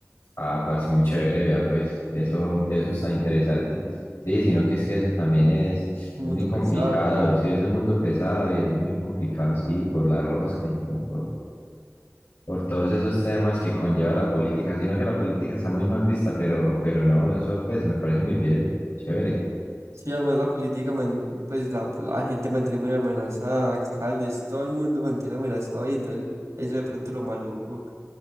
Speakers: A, on the left; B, on the right.
A: Ah, parece muy chévere, vea, pues eso, eso está interesante. Sí, sino que es que eso también es,
B: un
A: es
B: mundo
A: muy complicado,
B: pesado.
A: sí, es un mundo pesado y es muy complicado, sí, por la rosca y como por por todos esos temas que conlleva la política, sino que la política está muy mal vista, pero, pero no, eso pues me parece muy bien, chévere.
B: Sí, además la política, man- pues la, la gente mantiene muy amenazada, alcaldes, todo el mundo mantiene amenazado y entonces eso de pronto lo maluco.